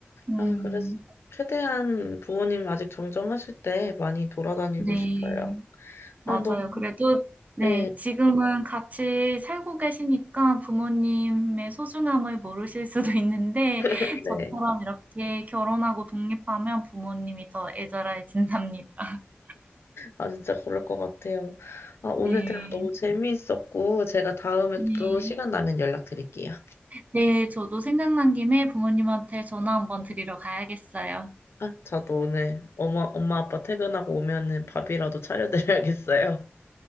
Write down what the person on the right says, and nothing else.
음,
네.
맞아요.
그래도 네,
지금은 같이 살고 계시니까 부모님의 소중함을 모르실 수도 있는데
저처럼 이렇게 결혼하고 독립하면 부모님이 더 애절해진답니다. <laughs>
네.
네.
네, 저도 생각난 김에 부모님한테 전화 한번 드리러 가야겠어요.